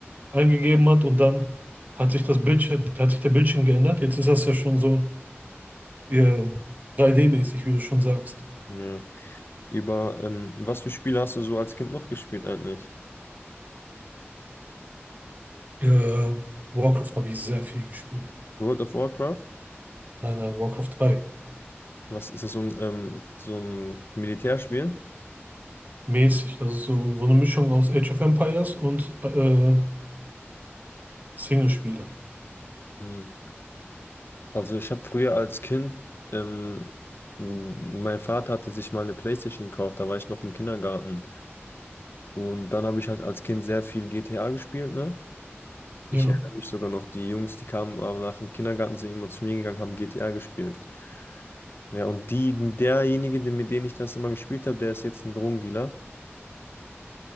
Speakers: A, on the right; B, on the left.
A: eingegeben hat und dann hat sich das Bildschirm, hat sich der Bildschirm geändert. Jetzt ist das ja schon so äh, 3D-mäßig, wie du schon sagst.
B: Ja. Über, ähm, was für Spiele hast du so als Kind noch gespielt eigentlich?
A: Äh, Warcraft habe ich sehr viel gespielt.
B: World of Warcraft?
A: Nein, nein, Warcraft 3.
B: Was ist das, so ein, ähm, so ein Militärspiel?
A: Mäßig. Das ist so, so eine Mischung aus Age of Empires und äh, Singlespiele.
B: Hm. Also ich habe früher als Kind, ähm, m- mein Vater hatte sich mal eine PlayStation gekauft, da war ich noch im Kindergarten. Und dann habe ich halt als Kind sehr viel GTA gespielt, ne? Ich
A: Ja.
B: erinnere mich sogar noch, die Jungs, die kamen äh, nach dem Kindergarten, sind immer zu mir gegangen, haben GTA gespielt. Ja, und die, derjenige, den- mit dem ich das immer gespielt habe, der ist jetzt ein Drogendealer. <laughs>